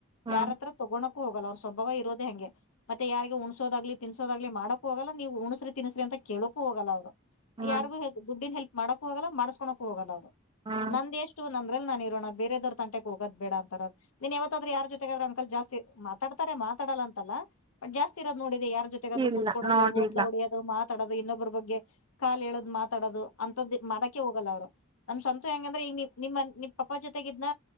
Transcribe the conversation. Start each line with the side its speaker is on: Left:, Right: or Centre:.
Right: ಹ್ಮ್
Left: ಯಾರತ್ರ ತೊಗೋಣಕ್ಕು ಹೋಗಲ್ಲ ಅವ್ರ್ ಸ್ವಭಾವ ಇರೋದೇ ಹಂಗೆ. ಮತ್ತೆ ಯಾರಿಗೂ ಉಣ್ಸೋದಾಗ್ಲಿ ತಿನ್ಸೋದಾಗ್ಲಿ ಮಾಡೋಕೂ ಹೋಗಲ್ಲ ನೀವು ಉಣಸ್ರಿ ತಿನ್ಸ್ರಿ ಅಂತ ಕೇಳೋಕೂ ಹೋಗಲ್ಲ ಅವರು.
Right: ಹ್ಮ್
Left: ಯಾರಗೂ ದುಡ್ಡಿನ್ ಹೆಲ್ಪ್ ಮಾಡಕ್ಕೂ ಹೋಗಲ್ಲ ಮಾಡ್ಸ್ಕೊಣಕು ಹೋಗಲ್ಲ ಅವ್ರು.
Right: ಹ್ಮ್
Left: ನಂದ ಎಷ್ಟು ಸ್ಟು ನಂದ್ರಲ್ಲಿ ನಾನ್ ಇರೋಣ ಬೇರೆದ್ವರದ್ದ ತಟೆಕ್ಕೆ ಹೋಗೋದ ಬೇಡ ಅಂತಾರ ಅವ್ರು. ನೀನ್ ಯಾವತ್ತಾದ್ರರು ಯಾರ್ ಜೊತೆಗಾದ್ರು ಅಂಕಲ್ ಜಾಸ್ತಿ ಮಾತಾಡ್ತಾರೆ ಮಾತಡಲ್ಲ ಅಂತಲ್ಲ. ಬಟ್ ಜಾಸ್ತಿ ಇರೋದು ನೋಡಿದೆ ಯಾರ ಜೊತೆ, ಜೊತೆಗಾದ್ರು
Right: ಇಲ್ಲ
Left: ಕೂತ್ಕೋಣದು,
Right: ನೋಡಿಲ್ಲ
Left: ಒತ್ಲ ಹೊಡಿಯೋದು, ಮಾತಾಡೋದು ಇನ್ನೊಬ್ಬ್ರ ಬಗ್ಗೆ ಕಾಲ ಹೇಳೋದ ಮಾತಾಡೋದು ಅಂತದ್ದು ಮಾಡಕೆ ಹೋಗಲ್ಲ ಅವ್ರು. ನಮ್ ಸಂತು ಹೆಂಗಂದ್ರೆ ಈ ನಿಮ್ಮ ನಿಮ್ಮ ಪಪ್ಪಾ ಜೊತೆಗೆ ಇದ್ನ